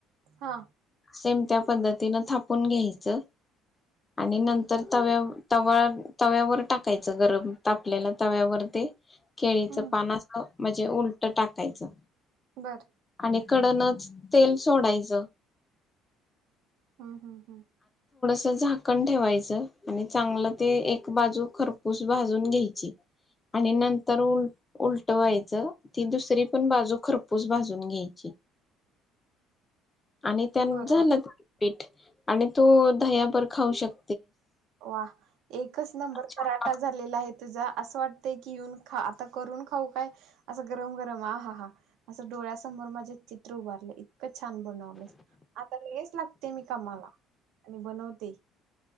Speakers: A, on the right (about 75°); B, on the left (about 20°).
A: हा.
B: सेम त्या पद्धतीन थापून घ्यायचं आणि नंतर तव्याव-तवा-तव्यावर टाकायचं गरम तापलेला तव्यावर ते केळीचं
A: हम्म
B: पान अस म्हणजे उलटं टाकायचं.
A: बर.
B: इकडनच तेल सोडायच.
A: हम् हम्म हम्.
B: ते झाकण ठेवायचं आणि चांगलं ते एक बाजू खरपूस भाजून घ्यायची आणि नंतर उल- उलटवायचं ती दुसरी पण बाजू खरपूस भाजून घ्यायची. आणि त्यांन
A: बरोबर
B: झालं पीठ. आणि तो दह्याबरोबर खाऊ शक
A: वा एकच नंबर
B: छान
A: पराठा
B: लागत
A: झालेला आहे. तुजा असं वाटतयं की येऊन खा आता करून खाऊ काय असं गरम-गरम आ हा हा असं डोळ्यासमोर माज्या चित्र उभारलंय. इतकं छान बनवलेस आता लगेच लागते मी कामाला आणि बनवते.